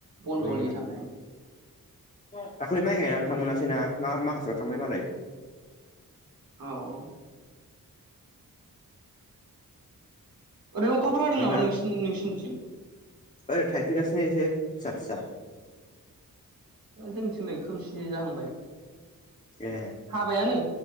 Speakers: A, on the right; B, on the left.
A: बन्द'नि
B: उम
A: थाखाय
B: दाखालिबो माइ गायनानै थांनो मोनासैना मा माखासेयाव थांबाय मालाय
A: औ औ ओरैनो अखाफोरा हादों
B: नोंहा
A: नामा नोंसि नोंसिनिथिं
B: ओरै थाइफ्रिगासिनो एसे फिसा फिसा
A: जोंनिथिंलाय खोमसि जाहांबाय
B: ए
A: हाबायानो